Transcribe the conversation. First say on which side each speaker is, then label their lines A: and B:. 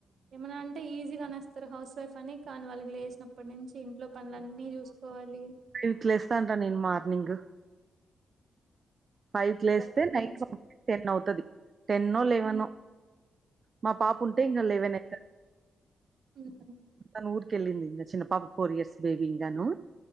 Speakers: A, on the right (about 65°); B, on the right (about 50°).
A: ఏమనంట్ అంటే ఈజీ గనేస్తరు హౌస్ వైఫ్ అని కానీ వాల్కి లేస్నప్పటి నుంచి ఇంట్లో పన్లన్నీ చూసుకోవాలి
B: ఫైవ్కి లేస్తానుర నేను మార్నింగ్ ఫైవ్క్ లేస్తే
A: ఇంకప్పటి
B: నైట్
A: నుంచి
B: టెన్ అవుతది టెన్నో లెవెనొ
A: హ్మ్.
B: మా పాప ఉంటే ఇంగ లేవన్ అయ్త
A: ఉహు
B: తను ఊరి కెళ్లిందింగ చిన్న పాప ఫోర్ ఇయర్స్ బేబి ఇంగాను